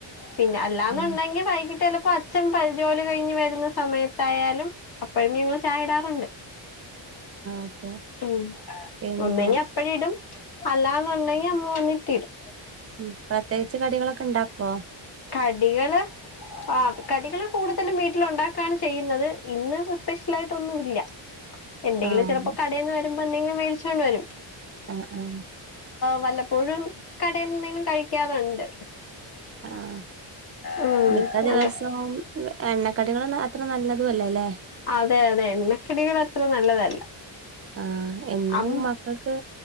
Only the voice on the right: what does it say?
ആഹ്
ഓക്കെ
പിന്നെ
ഉം പ്രത്യേകിച്ച് കടികളൊക്കെ ഉണ്ടാക്കോ
ആഹ്
അതെ
ആഹ് ആഹ്
ആ
മിക്ക ദിവസവും
എണ്ണക്കടികൾ അത്ര നല്ലതുല്ലേ അല്ലേ
ആഹ എന്നും
മക്കൾക്ക്